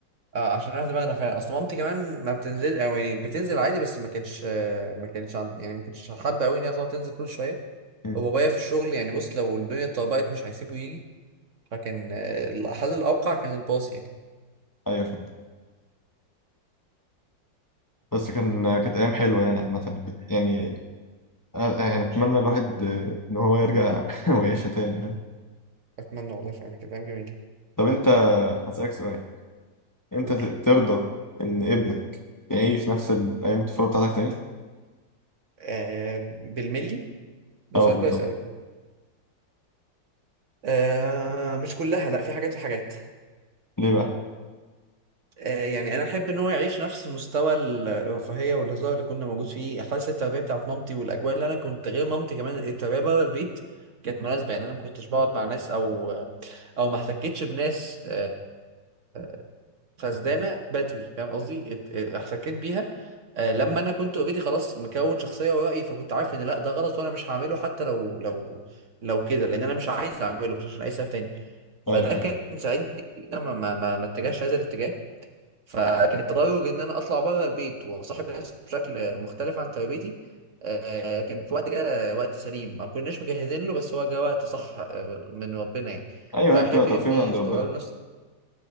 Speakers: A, on the right (about 50°); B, on the left (about 30°).
A: اه عشان راح دماغنا فعلا أصل مامتي كمان ما بتنزل أو يعني بتنزل عادي بس ما كانتش آه، ما كانتش عن- يعني ما كانتش حابة أوي إن هي تقعد تنزل كل شوية
B: امم
A: وبابايا في الشغل يعني بص لو الدنيا اتطبقت مش هيسيبه يجي فكان آه، الحل الأوقع كان الباص يعني
B: ايوه فاهم بس كان كانت ايام حلوه يعني عامه كنت- يعني آه، يعني اتمنى الواحد آه، ان هو يرجع <laughs> ويعيشها تاني فاهم
A: أتمنى والله فعلا كلام جميل
B: طب انت هسألك سؤال انت
A: قول
B: ت- ترضى ان ابنك يعيش نفس ال- ايام الطفوله بتاعتك تاني
A: آه بالملي ده
B: اه
A: سؤال
B: بالظبط
A: كويس أوي آه مش كلها لا في حاجات وحاجات
B: ليه بقى
A: آه، يعني انا احب ان هو يعيش نفس مستوى الرفاهيه والهزار اللي كنا موجود فيه حاسه التربيه بتاعت مامتي والاجواء اللي انا كنت غير مامتي كمان التربيه بره البيت كانت مناسبه يعني انا ما كنتش بقعد مع ناس او او ما احتكتش بناس آه، آه، آه، فسدانه بدري فاهم قصدي ات- اه، احتكيت بيها آه، لما انا كنت اوريدي خلاص مكون شخصيه ورأي فكنت عارف ان لا ده غلط وانا مش هعمله حتى لو لو لو كده لان انا مش عايز اعمله مش عشان اي سبب تاني فده
B: ايوه ايوه
A: كان ساعدني إن أنا ما ما ما ما اتجهش هذا الاتجاه فكان التدرج ان انا اطلع بره البيت واصاحب ناس بشكل مختلف عن تربيتي آه، كان في وقت جه وقت سليم ما كناش مجهزين له بس هو جه وقت صح آه، من ربنا يعني
B: ايوه
A: فاحب
B: هي بتبقى توفيق
A: ابني
B: من عند
A: يتكرر
B: ربنا
A: له نفس